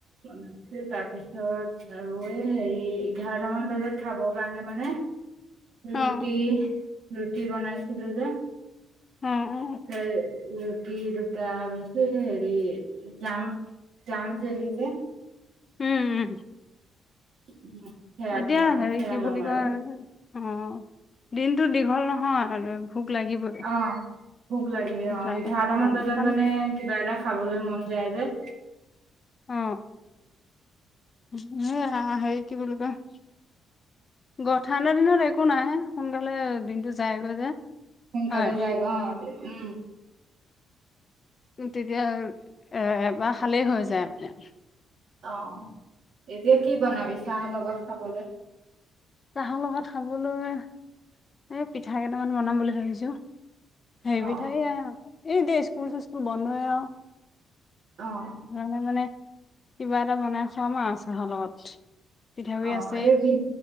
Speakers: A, on the right; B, on the left.
A: বনাইছো তাৰপিছত আৰু এই হেৰি এঘাৰটা মান বজাত খাব কাৰণে মানে <unintelligible>
B: অ'
A: ৰুটি ৰুটি বনাইছিলোঁ যে
B: অ' অ'
A: সেই ৰুটি দুটা আৰু হেৰি জাম জাম জেৰি যে
B: উম উম
A: <unintelligible>
B: এতিয়া
A: ঘৰ
B: হেৰি
A: সেয়া
B: কি
A: ল'ম
B: বুলি
A: আৰু
B: কয়, অঁ দিনটো দীঘল নহয় আৰু ভোক লাগিবই।
A: অ ভোক লাগে
B: সেইকাৰণে
A: অঁ, এঘাৰটা
B: অ',
A: মান বজাত
B: ধান
A: মানে কিবা এটা খাবলৈ মন যায় যে।
B: অঁ এই হা হেৰি কি বুলি কয়? গ ঠাণ্ডাত দিনত একো নাই সোনকালে দিনটো যায়গৈ যে।
A: সোনকালে
B: হয়
A: যায়গে অঁ উম।
B: তেতিয়া এ এবাৰ খালেই হৈ যায় মানে।
A: অঁ, এতিয়া কি বনাবি চাহ লগত খাবলে?
B: চাহৰ লগত খাবলৈ এ পিঠা কেইটামান বনাম বুলি ভাবিছো। হেভিদট
A: অ
B: থৈও আহোঁ, এই এতিয়া স্কুল চিচকুল বন্ধয়েঅ।
A: অ
B: মে মানে কিবা এটা বনাই খাম আৰু চাহৰ লগত। পিঠাগুৰি
A: অ
B: আছেই
A: এই ভি